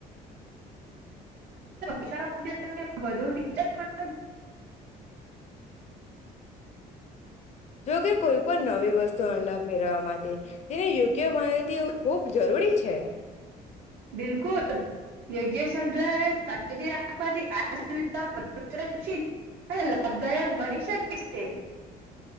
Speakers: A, on the right; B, on the left.
A: વિ <inaudible> વધુ વિજ માત્ર
B: જોકે કોઈ પણ નવી વસ્તુ અનલાભ મેળવવા માટે તેને યોગ્ય માહતી ખૂબ જરૂરી છે.
A: બિલકુલ. યોગ્ય સમજ રાખવાથી <unintelligible> હ લાભદાયક બની શકે છે.